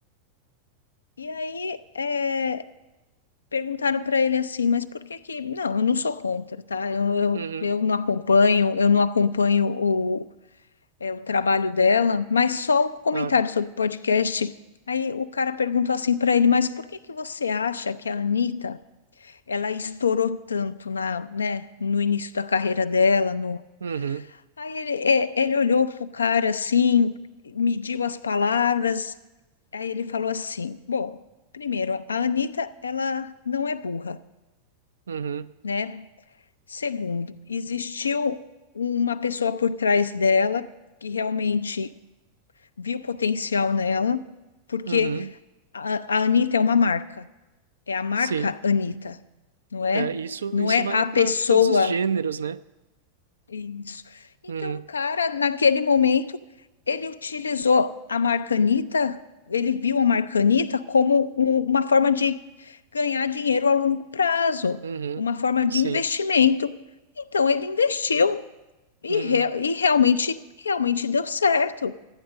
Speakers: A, on the left; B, on the right.
A: e aí é, Perguntaram para ele assim, mas por que que... Não, eu não sou contra, tá? Eu, eu,
B: Uhum,
A: eu não acompanho, eu não acompanho o, é, o trabalho dela, mas só o comentário
B: claro.
A: sobre podcast. Aí o cara perguntou assim para ele, mas por que que você acha que a Anitta, ela estourou tanto na, né, no início da carreira dela? No...
B: Uhum,
A: Aí ele, é, ele olhou pro cara assim, mediu as palavras, aí ele falou assim, bom, primeiro, a Anitta, ela não é burra
B: uhum,
A: né? Segundo, existiu uma pessoa por trás dela que realmente viu potencial nela, porque
B: uhum,
A: a, a Anitta é uma marca, é a marca
B: sim.
A: Anitta, não é?
B: É, isso,
A: Não
B: isso
A: é
B: vale
A: a
B: para
A: pessoa.
B: todos os gêneros, né?
A: Isso. Então,
B: Uhum,
A: o cara, naquele momento, ele utilizou a marca Anitta, ele viu a marca Anitta como um- uma forma de ganhar dinheiro a longo prazo,
B: uhum,
A: uma forma de
B: sim.
A: investimento. Então, ele investiu E,
B: Uhum,
A: re- e realmente, realmente deu certo.